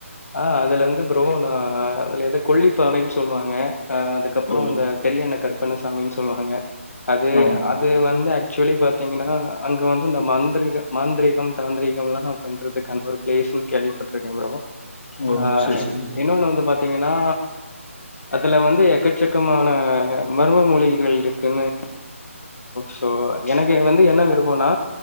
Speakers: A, on the left; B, on the left.
A: ஆஹ் அதுல வந்து ப்ரோ நான் அதுல ஏதோ கொல்லிப்பாறை சொல்லுவாங்க அ அதுக்கப்புறம்
B: ஓ
A: இந்த பெரியனைகர் பண்ணசாமின்னு சொல்லுவாங்க அது
B: ஓ
A: அது வந்து ஆக்சுவலி பாத்தீங்கன்னா அங்க வந்து இந்த மந்திரிக மாந்திரிகம் தாந்திரிகம்லாம் பண்ணுறதுக்கான ஒரு பிளேஸ்ன்னு கேள்விப்பட்டிருக்கே ப்ரோ
B: ஓ
A: ஆஹ்
B: சரி சரி
A: இன்னொன்ன வந்து பாத் பாத்தீங்கன்னா அதுல வந்து எக்கச்சக்கமான மர்ம மொழிகள் இருக்குன்னு சோ எனக்கு வந்து என்ன விருப்பம்னா